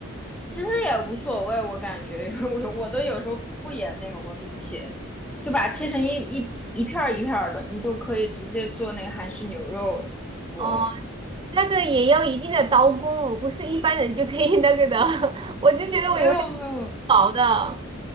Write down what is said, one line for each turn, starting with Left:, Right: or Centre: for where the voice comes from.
Centre: 其实也无所谓，我感觉，因为我我都有时候不演那个纹路切，就把它切成一一一片儿一片儿的，你就可以直接做那个韩式牛肉锅了。
Right: 哦，那个也要一定的刀工，不是一般人就可以那个的，<laughs> 我就觉得我永远是
Centre: 没有没有，
Right: 薄的。